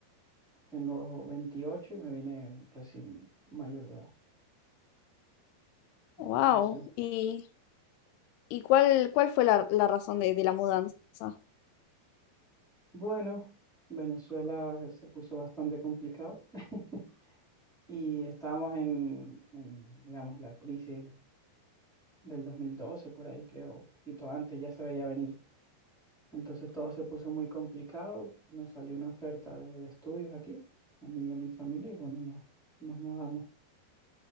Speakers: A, in the centre; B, on the left.
A: Tengo veintiocho y me vine recién mayor de edad. Entonces,
B: wow. ¿Y, y cuál, cuál fue la, la razón de de la mudanza?
A: bueno, Venezuela eh, se puso bastante complicado <laughs> y estábamos en, en, digamos, la crisis del 2012 por ahí creo, un poquito antes ya se veía venir. Entonces todo se puso muy complicado. Nos salió una oferta de, de estudios aquí, a mí y a mi familia, y bueno, no, nos mudamos.